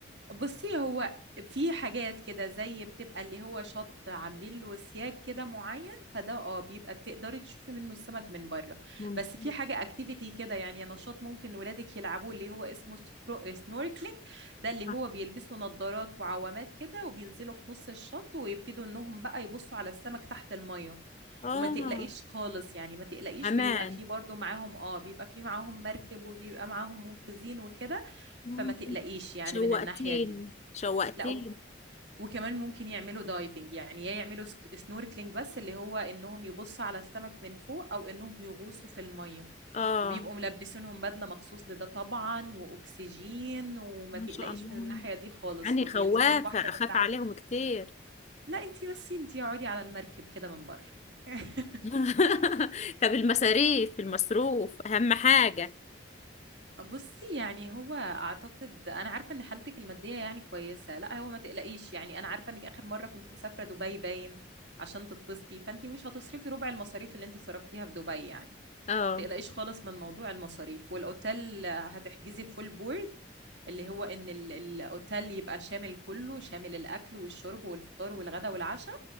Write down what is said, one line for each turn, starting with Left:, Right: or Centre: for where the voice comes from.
Right: بصي هو في حاجات كده زي بتبقى اللي هو شط عاملين له سياج كده معين فده اه بيبقى تقدري تشوفي منه السمك من بره
Left: ممكن.
Right: بس في حاجة اكتيفيتي كده يعني نشاط ممكن ولادك يلعبوه اللي هو اسمه سكرو... سنوركلينج ده اللي
Left: اه
Right: هو بيلبسوا نظارات وعوامات كده وبينزلوا في نص الشط ويبتدوا انهم بقى يبصوا على السمك تحت المية
Left: آه،
Right: وما تقلقيش خالص يعني ما تقلقيش
Left: امان
Right: بيبقى فيه برضو معاهم اه بيبقى فيه معاهم مركب وبيبقى معاهم منقذين وكده
Left: مم.
Right: فما تقلقيش يعني
Left: شوقتيني
Right: من الناحية دي
Left: شوقتيني
Right: لا و- وكمان ممكن يعملوا دايفنج يعني يا يعملوا سك- سنوركلينج بس اللي هو انهم يبصوا على السمك من فوق او انهم يغوصوا في الميه
Left: اه
Right: وبيبقوا ملبسينهم بدله مخصوص لده طبعا واكسجين وما
Left: ما
Right: تقلقيش
Left: شاء الله
Right: من الناحيه دي خالص
Left: يعني
Right: وبينزلوا
Left: خوافة
Right: البحر
Left: أخاف
Right: من تحت
Left: عليهم كتير
Right: لا انتي بس انتي اقعدي على المركب كده من بره <laughs>
Left: <laughs> طب المصاريف المصروف أهم حاجة
Right: بصي يعني هو اعتقد انا عارفه ان حالتك الماديه يعني كويسه لا هو ما تقلقيش يعني انا عارفه انك اخر مره كنت مسافره دبي باين عشان تتبسطي فانت مش هتصرفي ربع المصاريف اللي انت صرفتيها في دبي يعني
Left: اه
Right: ما تقلقيش خالص من موضوع المصاريف والاوتيل هتحجزي فول بورد اللي هو ان ال- الاوتيل يبقى شامل كله شامل الاكل والشرب والفطار والغدا والعشاء